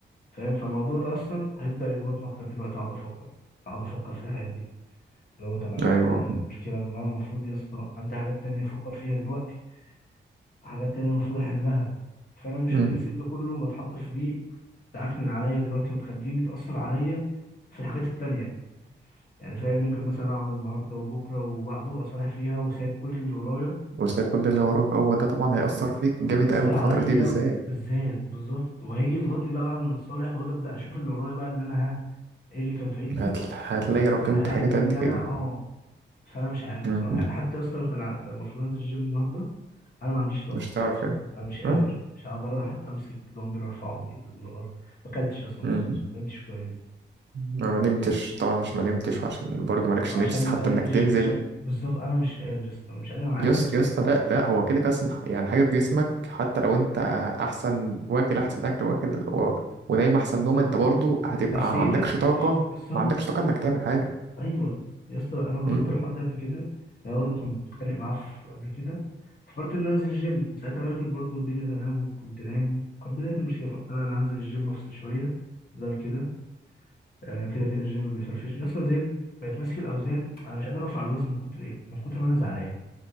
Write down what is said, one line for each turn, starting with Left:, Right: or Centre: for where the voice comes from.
Left: فاهم فالموضوع ده اصلا هيبدا يضغطني اكتر دلوقتي اقعد افكر اقعد افكر في الحاجات دي اللي هو طب انا
Right: ايوه
Left: هعمل ايه والمشكله ان انا المفروض يا اسطى عندي حاجات تانية افكر فيها دلوقتي وحاجات تانية المفروض احلها فانا مش
Right: امم
Left: هاجي اسيب ده كله واتحط في دي تعكنن عليا دلوقتي وتخليني اتاثر عليا في الحاجات التانية يعني فاهم ممكن مثلا اقعد النهارده وبكره وبعده اصالح فيها وسايب كل اللي ورايا
Right: وتلاقي كل اللي وراك هو ده طبعا هيأثر فيك جامد
Left: هيأثر
Right: قوي الفترة
Left: عليا
Right: دي بالذات
Left: بالذات بالظبط وهيجي يضغطني بقى بعد ما اتصالح واجي ابدا اشوف اللي ورايا بقى اللي انا ها ايه اللي كان فايتني
Right: هت... هتلاقي رقمت
Left: هلاقي
Right: حاجات
Left: ان
Right: قد كده
Left: انا اه فانا مش عارف
Right: امم
Left: بصراحه يعني حتى اصلا كان ع- كان المفروض انزل الجيم النهارده انا ما عنديش طاقه
Right: مش
Left: خلاص
Right: هتعرف يعني
Left: انا مش قادر
Right: اه
Left: مش هقدر حتى امسك دمبل ارفعه من من الارض ما اكلتش اصلا من
Right: امم
Left: الصبح ما نمتش كويس
Right: انا ما نمتش طبعا عشان ما نمتش وعشان برضه مالكش
Left: وعشان
Right: نفس حتى
Left: ما اكلتش
Right: انك تنزل
Left: وعشان بالظبط انا مش قادر يا اسطى انا مش قادر انا عايز
Right: يس
Left: أنام.
Right: يا اسطى لا لا هو كده كده أصلاً يعني حاجة في جسمك حتى لو انت احسن واكل احسن اكل واكل و... ونايم احسن نوم انت برضه هتبقى
Left: نفسيتك
Right: ما عندكش طاقة
Left: مش بالظبط
Right: ما عندكش طاقة انك تعمل حاجة
Left: ايوه يا اسطى انا جربت
Right: امم
Left: الحوار ده قبل كده يعني برضه كنت بتخانق معاه في- قبل كده فكرت ان أنا انزل الجيم كنت ساعتها واكل برضه والدنيا تمام وكنت نايم كان بدايه المشكله فقلت لا انا هنزل الجيم افصل شويه بدل كده آه كده كده الجيم بيفرفشني اصلا نزلت بقيت ماسك الاوزان انا مش قادر ارفع الوزن من كتر ايه من كتر ما انا زعلان